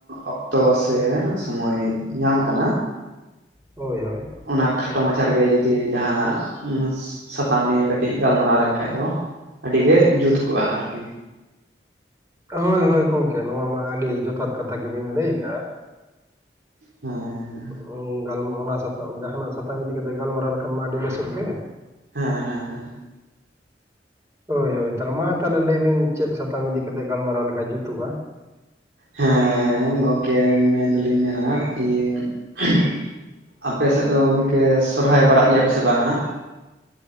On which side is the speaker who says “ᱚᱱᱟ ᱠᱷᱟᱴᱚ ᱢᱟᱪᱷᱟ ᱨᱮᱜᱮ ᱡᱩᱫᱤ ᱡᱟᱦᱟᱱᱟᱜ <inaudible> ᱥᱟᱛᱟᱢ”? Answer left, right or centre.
Right